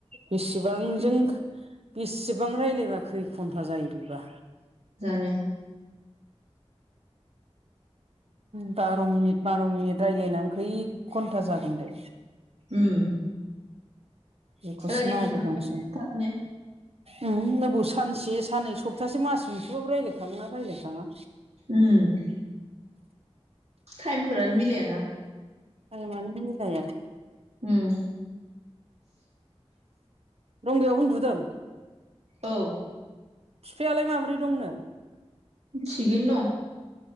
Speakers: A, on the right; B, on the right.
A: बेसेबां जों बेसेबां रायज्लायबा खै घन्टा जायो बेबा।
B: जानो।
A: बार' मिनिट बार' मिनिट राय्लायनानै खै घन्टा जागोन दे।
B: उम
A: बिखौसो
B: रायलायबाय
A: नायग्रो
B: थानांगोन
A: नांसिगोन।
B: थाबनो
A: उम अबाव सानसे साननै सप्तासे मास मोनसेबाबो रायज्लाय खाङोना रायलायखांआ।
B: उम टाइमफोरानो मिलायाना।
A: टाइमानो मिलाया।
B: उम।
A: रंगाया उन्दुदों?
B: औ।
A: बिफायालाय माब्रै दंनो?
B: थिगैनो दं।